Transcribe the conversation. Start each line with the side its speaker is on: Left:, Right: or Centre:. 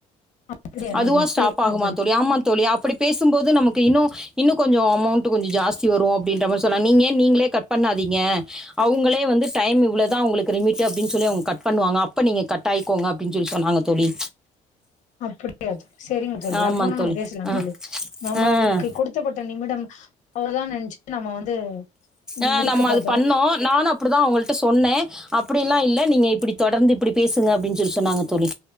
Left: அப்படியா
Centre: அதுவா
Left: தோழி
Centre: ஸ்டாப்
Left: சரிங்க
Centre: ஆகுமா தோழி ஆமா தோழி அப்டி பேசும்போது நமக்கு இன்னு இன்னு கொஞ்சோ அமௌண்ட் கொஞ்ச ஜாஸ்தி வரு அப்டின்ற மாரி சொன்னா நீங்க நீங்களே கட் பண்ணாதீங்க அவுங்களே வந்து டைம் இவ்ளதா உங்ளுக்கு லிமிட்டு அப்டின்னு சொல்லி அவங்க கட் பண்ணுவாங்க அப்ப நீங்க கட் கட் ஆயிக்கோங்க அப்டின்னு சொல்லி சொன்னாங்க தோழி
Left: அப்படியா சொ செரிங்க தோழி
Centre: ஆமா
Left: அப்பன்னா நம்ம
Centre: தோழி
Left: பேசலா
Centre: ஆ
Left: தோழி நம்ம
Centre: ஆ
Left: அவுங்க்கு குடுத் ப்பட்ட நிமிடம் அவ்ளதானு நெனைச்சுட்டு நம்ம வந்து
Centre: ஆ
Left: முடிக்க
Centre: நம்ம
Left: பாத்தோ
Centre: அது பண்ணோ நானு அப்டிதா உங்கள்ட்ட சொன்னே அப்படி எல்லா இல்ல நீங்க இப்டி தொடர்ந்து இப்டி பேசுங்க அப்டின்னு சொல்லி சொன்னாங்க தோழி